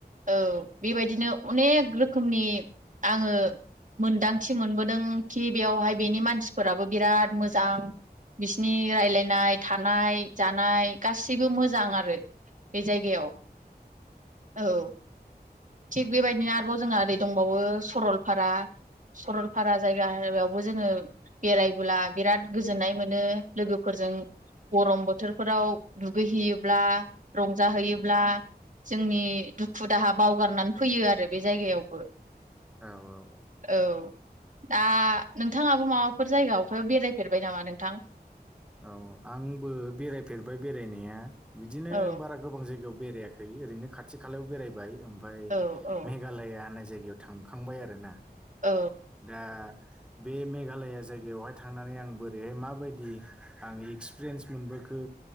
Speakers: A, on the right; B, in the centre.
A: औ बेबायदिनो अनेक रोखोमनि आङो मोनदांथि मोनबोदों खि बेवहाय बेनि मानसिफोराबो बिराद मोजां बिसिनि रायजलायनाय थानाय जानाय गाससिबो मो जां आरो बे जायगायाव औ थिग बेबायदिनो आरोबाव जोंहा ओरै दंबावो सरलपारा सरलपारा जायगा होनायाव बो जोङो बेरायबोला बिराद गोजोननाय मोनो। लोगोफोरजों गरम बोथोरफोराव दुगैहैयोब्ला रंजाहैयोब्ला जोंनि दुखु दाहाब बावगारनानै फैयो आरो बे जायगायावबो
B: औ औ औ
A: औ दा नोंथाङाबो माबाफोर जायगा अफेबा बेरायफेरबाय नामा नोंथां?
B: औ आंबो बेरायफेरबाय बेरायनाया बिदिनो
A: औ
B: बारा गोबां जायगायाव बेरायाखै ओरोयनो खाथिखालायाव बेरायबाय ओगफाय
A: औ औ
B: मेघालया होन्नाय जायगायाव थांखांबाय आरो ना
A: औ
B: दा बे मेघालया जायगायावहाय थांनानै आं बोरैहाय माबायदि आं एक्सपिरियेन्स मोनबोखो